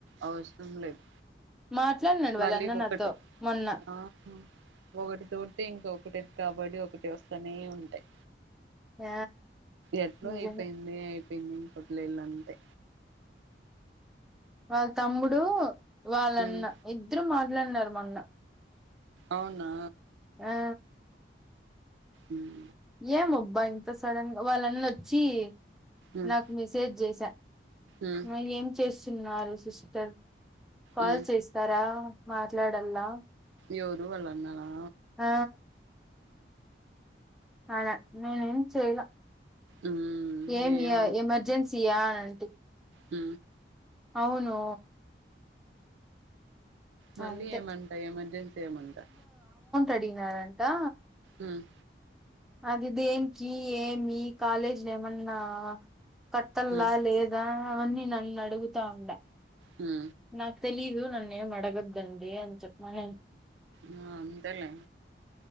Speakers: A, on the right; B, in the centre.
A: అవసరం లేదు,
B: మాట్లాడినాడు
A: మళ్ళీ
B: వాళ్ళన్న
A: ఒకటి
B: నాతో మొన్న
A: ఆ ఒకటి తోటి ఇంకొకటి కాబ, బడి ఒకటి వస్తనే ఉంటాయి,
B: ఆ
A: ఎట్లో
B: నిజంగా,
A: అయిపోయింది అయిపోయింది ఇంక వదిలేయాలి అంతే,
B: వాళ్ళ తమ్ముడు, వాళ్ళ
A: ఉమ్
B: అన్న ఇద్దరు మా, <inaudible> మొన్న,
A: అవునా,
B: ఆ
A: ఉహు
B: ఏం అబ్బా ఇంత సడన్ వాళ్ళ అన్న వచ్చి,
A: ఉమ్
B: నాకు మెసేజ్ చేసి, చె
A: ఉమ్
B: <unintelligible> ఆ ఏం చేసు తిన్నారు సిస్టర్, కాల్
A: ఉమ్
B: చేస్తారా, మాట్లాడాలా,
A: ఎవరు వాళ్ళ అన్ననా
B: ఆ అనా నేను ఏం చేయాలా,
A: ఉమ్
B: ఏమియా
A: ఏం
B: ఎమర్జెన్సీ యా అని అంటి,
A: హ
B: అవును
A: మళ్ళీ
B: అంతే
A: ఏమంటా ఎమర్జెన్సీ ఏమంటా
B: అడిగినారంటా
A: మ్మ్
B: అది దేనికి ఏమి కాలేజీ ఏమన్నా కట్టల్లా
A: ఉమ్
B: లేదా అవన్నీ నన్ను అడుగుతా ఉండ
A: హ్మ
B: నాకు తెలీదు నన్నే అడగద్ద్దండి అంత చెప్ప మన
A: ఆ అంతలే అ